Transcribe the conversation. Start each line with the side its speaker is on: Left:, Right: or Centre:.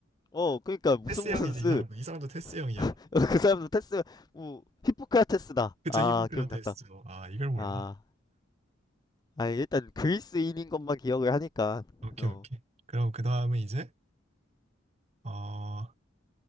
Left: 어, 그니까, 무슨
Right: 테스
Left: 무슨
Right: 형이야
Left: 쓰.
Right: 이 사람도. 이 사람도 테스 형이야.
Left: <laughs> 그 사람도 테스, 뭐, 히포크라테스다.
Right: 그쵸,
Left: 아,
Right: 히포크라테스죠
Left: 기억났다.
Right: 아, 이걸 몰라.
Left: 아, 아니, 일단, 그리스인인 것만 기억을 하니까.
Right: 오케이,
Left: 어,
Right: 오케이. 그럼, 그 다음은 이제, 어,